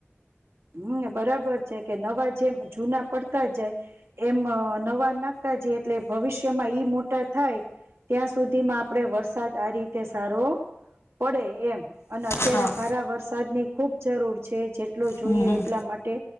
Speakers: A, on the right; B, on the left.
A: હમ બરાબર છે કે નવા જેમ જૂના પડતા જાય. એમ નવા નાખતા જે એટલે ભવિષ્યમાં ઈ મોટા થાય. ત્યાં સુધીમાં આપડે વરસાદ આ રીતે સારો પડે એમ અને અત્યારે
B: હા
A: સારા વરસાદની ખુબ જરૂર છે જેટલો જોઈએ
B: હમ હમ
A: એટલા માટે